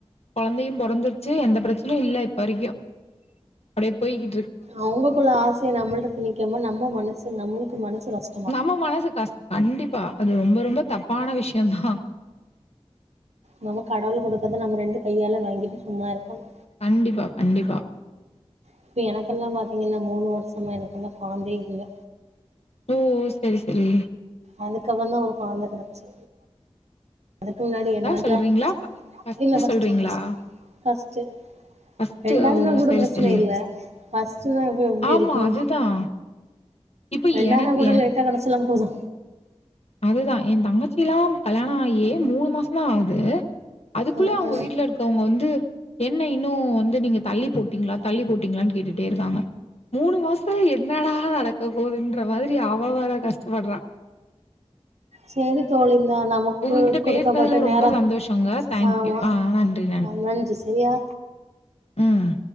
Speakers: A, on the left; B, on the right.
A: கொழந்தையு பொறந்துறுச்சு எந்த பிரச்சனையு இல்ல இப்ப வரைக்கு அப்டியே போய் கிட்
B: அவுங்கக்குள்ள ஆசய நம்மள்ட்ட திணிக்காம நம்ம மனசு நம்மளுக்கு மனசு கஷ்
A: நம்ம மனசு கஷ் கண்டிப்பா அது ரொம்ப ரொம்ப தப்பான விஷ்யந் தா
B: நமக்கு கடவுள் குடுத்தத நம்ம ரெண்டு கையால வாங்கிட்டு சும்மா இருக்கனு
A: கண்டிப்பா கண்டிப்பா
B: இப்ப எனக்கெல்லா பாத்தீங்கன்னா மூணு வருஷமா எனக்கின்னு கொழந்தயே இல்ல
A: ஓ சரி சரி
B: அதுக்கப்பறந் தா ஒரு கொழந்த கெடச்சு அதுக்கு முன்னாடி என்னயா
A: சொல்றீங்களா? ஃப ஃபர்ஸ்ட்டு
B: இல்ல ஃபஸ்ட்டு
A: சொல்றீங்களா?
B: ஃபஸ்ட்டு
A: ஃபர்ஸ்ட்டு
B: ரெண்டாதுனா
A: ஓ!
B: கூட
A: சரி,
B: பிரச்சனயில்ல
A: சரி.
B: ஃபஸ்டுனா தா எங்க
A: ஆமா
B: இருக்கு
A: அதுதான். இப்ப
B: ரெண்டாவதுனா
A: எனக்கு
B: கூட லேட்டா கெடச்சாலு போது
A: அதுதா எ தங்கச்சி யெல்லா கல்யாண ஆயி மூணு மாசந் தா ஆகுது அதுக்குள்ள
B: ஆ
A: அவுங்க
B: ஆ
A: வீட்ல இருக் அவுங்க வந்து என்ன இன்னு வந்து நீங்க தள்ளி போட்டீங்களா தள்ளி போட்டீங்களான்னு கேட்டுட்டே இருக்காங்க மூணு மாசத்துல என்னடா நடக்க போதுன்ற மாரி அவ வேற கஷ்டப்படுறா
B: சேரி தோழி இந்தா நமக்
A: உங்ககிட்ட
B: கு குடுக்கப்பட்ட
A: பேசுனதுல ரொம்ப
B: நேரோ
A: சந்தோஷங்க தேங்க்யூ
B: ஆமா
A: ஆ நன்றி
B: நன்றி செரியா
A: ம்